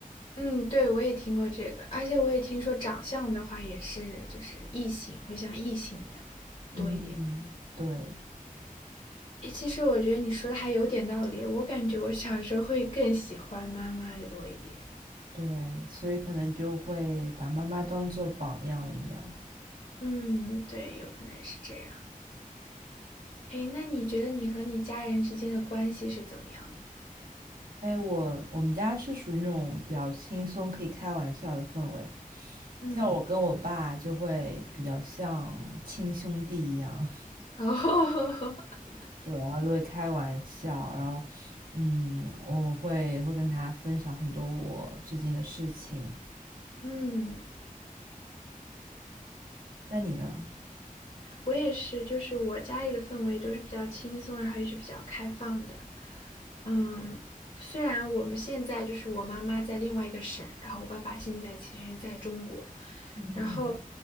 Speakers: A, on the left; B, on the right.
A: 嗯，对，我也听过这个，而且我也听说长相的话也是，就是异性会像异性一样
B: 嗯，
A: 多一点。
B: 对
A: 诶，其实我觉得你说的还有点道理，我感觉我小时候会更喜欢妈妈的多一点。
B: 对，所以可能就会把妈妈当做榜样一样。
A: 嗯，对，有可能是这样。诶，那你觉得你和你家人之间的关系是怎么样的？
B: 哎，我我们家是属于那种比较轻松可以开玩笑的氛围，
A: 嗯。
B: 像我跟我爸就会比较像亲兄弟一样，
A: 哦，<laughs>
B: <laughs> 对，然后就会开玩笑，然后嗯，我会会跟他分享很多我最近的事情。
A: 嗯，
B: 那你呢？
A: 我也是，就是我家里的氛围都是比较轻松，然后也是比较开放的。嗯，虽然我们现在就是我妈妈在另外一个省，然后我爸爸现在其实在中国，
B: 嗯
A: 然后，